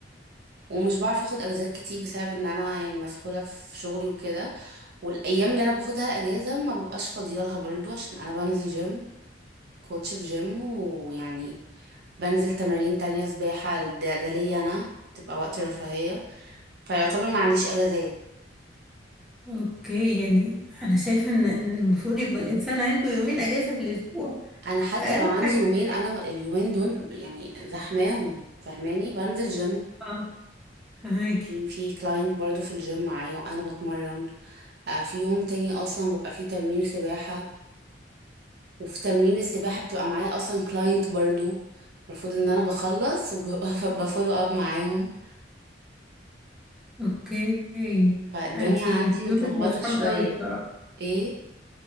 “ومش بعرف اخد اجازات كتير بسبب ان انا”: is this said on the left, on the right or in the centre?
Right